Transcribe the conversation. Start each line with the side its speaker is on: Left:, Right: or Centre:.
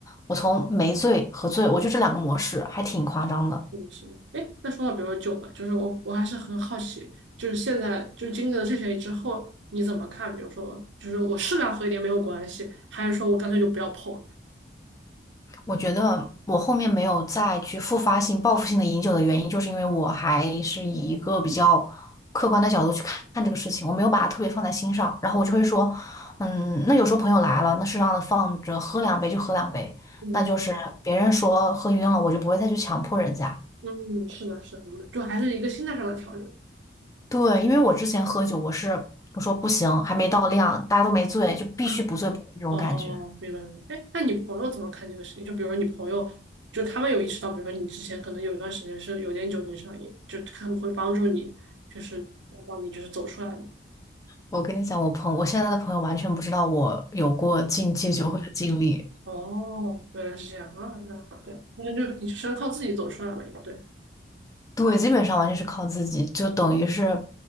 Left: 我从没醉和醉，我就这两个模式，还挺夸张的。
Right: 嗯，是吗？哎，那说到比如说酒嘛，就是我我还是很好奇，就是现在就是经历了这些之后，你怎么看？比如说，就是我适量喝一点没有关系，还是说我干脆就不要碰了
Left: 我觉得我后面没有再去复发性、报复性的饮酒的原因，就是因为我还是以一个比较客观的角度去看看这个事情，我没有把它特别放在心上。然后我就会说，嗯，那有时候朋友来了，那适当的放着喝两杯就喝两杯，
Right: 嗯
Left: 那就是别人说喝晕了，我就不会再去强迫人家。
Right: 嗯，是的，是的，嗯就还是一个心态上的调整。
Left: 对，因为我之前喝酒，我是我说不行，还没到量，大家都没醉，就必须不醉不归那种感觉。
Right: <laughs> 哦，明白明白。哎，那你朋友怎么看这个事情？就比如说你朋友，就他们有意识到，比如说你之前可能有一段时间是有点酒精上瘾，就他们会帮助你，就是帮你就是走出来吗。
Left: 我跟你讲，我朋我现在的朋友完全不知道我有过禁戒酒会的经历。
Right: 哦，原来是这样啊，那好对，那就你是要靠自己走出来了，也对，
Left: 对，基本上完全是靠自己，就等于是